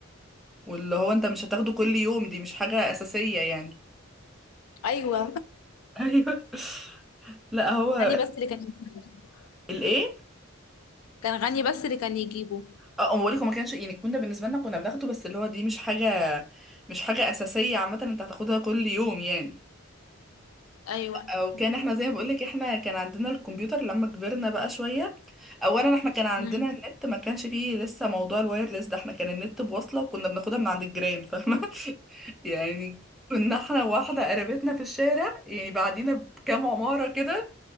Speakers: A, in the centre; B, on the left (about 80°).
A: واللي هو انت مش هتاخده كل يوم دي مش حاجه اساسيه يعني
B: ايوه
A: <laughs> ايوه لا
B: <laughs>
A: هو
B: غني بس اللي كان يجيبه.
A: الايه
B: كان غني بس اللي كان يجيبه
A: اه أما بقولك هو ما كانش يعني كنا بالنسبه لنا كنا بناخده بس اللي هو دي مش حاجه مش حاجه اساسيه عامه انت هتاخدها كل يوم يعني
B: ايوه
A: او
B: دي
A: كان
B: حقيقة
A: احنا زي ما بقولك احنا كان عندنا الكمبيوتر لما كبرنا بقى شوية اولا احنا كان عندنا
B: مم.
A: النت ما كانش فيه لسه موضوع الوايرلس ده احنا كان النت بوصلة وكنا بناخدها من عند الجيران فاهمة <laughs> يعني كنا احنا واحدة قريبتنا في الشارع يعني بعدينا بكام عمارة كده